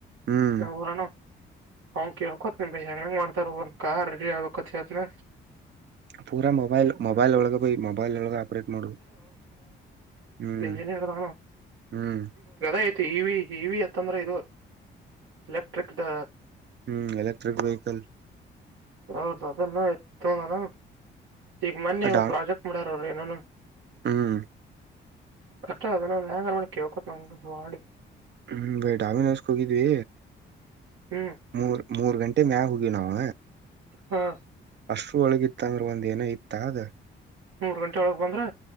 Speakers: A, on the right; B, on the right.
A: ಹ್ಮ್
B: ನಾ ಊರನ ಹ ಕೇಳಕತ್ ನೀ ಬ ಹೆಂಗ ಹೆಂಗ ಮಾಡ್ತಾರ ಒಂದ ಕಾ ರೆಡಿ ಆಗಕತ್ೇತ್ನ
A: ಪೂರಾ ಮೊಬೈಲ್ ಮೊಬೈಲ್ ಒಳಗ ಪಯ ಮೊಬೈಲ್ ಒಳಗ ಆಪ್ರೇಟ್ ಮಾಡುವ ಹ್ಮ್
B: ಎನೇ ಎರದೋ
A: ಹ್ಮ್
B: ಐ ಇವಿ ಇವಿ ಅತ್ತಂದ್ರೆ ಇದು ಎಲೆಕ್ಟ್ರಿಕ್ ದ
A: ಹ್ಮ್ ಎಲೆಕ್ಟ್ರಿಕ್ ವೆಹಿಕಲ್
B: ರೌ್ರ ಅದನ್ನು <unintelligible> ಣ ಈಗ ಮೊನ್ನೆ ಒಂದ್
A: ಡಾ
B: ಪ್ರಾಜೆಕ್ಟ್ ಮಾಡ್ಯ ರನನು <unintelligible>
A: ಹ್ಮ್
B: ಅಷ್ಟ ಅದಯಂಗ ಮಾಡ ಕೇಳ್ಕೋ ನಸ ಮಾಡಡಿ
A: ಹ್ಮ್ <unintelligible> ಡೊಮಿನೋಸ್ ಗೆ ಹೋಗಿದ್ವಿ
B: ಹ್ಮ್
A: ಮೂರ್ ಮೂರ್ ಗಂಟೆ ಮ್ಯಲ್ ಹೋಗ್ಯವಿ ನಾವು
B: ಹಾ
A: ಅಷ್ಟರು ಒಳಗಿತ್ತ ಅಂದ್ರೆ ಒಂದ ಏನ ಇತ್ತ ಅದ
B: ಮೂರು ಗಂಟೆೊಳಗೆ ಬಂದ್ರೆ